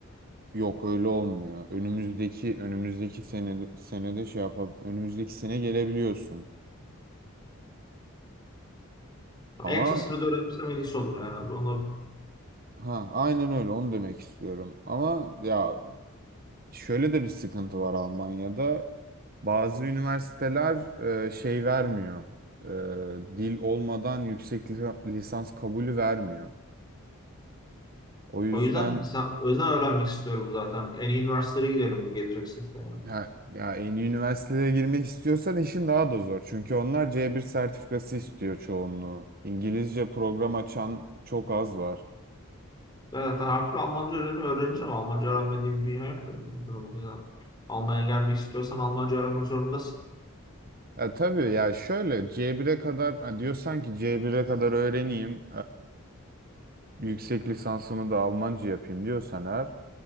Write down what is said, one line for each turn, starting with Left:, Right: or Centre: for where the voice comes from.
Right: yok öyle olmuyor. Önümüzdeki önümüzdeki sene senede şey yapab önümüzdeki sene gelebiliyorsun. Ama
Left: En kısa sürede öğrenirsem en iyisi olur yani. Onu,
Right: ha aynen öyle onu demek istiyorum. Ama ya Şöyle de bir sıkıntı var Almanya'da. Bazı üniversiteler e, şey vermiyor. E, dil olmadan yüksek lisa- lisans kabulü vermiyor. O yüzden
Left: o yüzden mesela özel öğrenmek istiyorum zaten. En iyi üniversitelere gidelim geleceksek de yani.
Right: ya, ya en iyi üniversitelere girmek istiyorsan işin daha da zor. Çünkü onlar C1 sertifikası istiyor çoğunluğu. İngilizce program açan çok az var.
Left: Zaten her türlü Almanca öğreni öğreneceğim. Almanca öğrenmediğim bir dünya yok benim bu durumda. Yani Almanya'ya gelmek istiyorsan Almanca öğrenmek zorundasın.
Right: Ya tabii ya şöyle C1'e kadar ha, diyorsan ki C1'e kadar öğreneyim. e, yüksek lisansımı da Almanca yapayım diyorsan eğer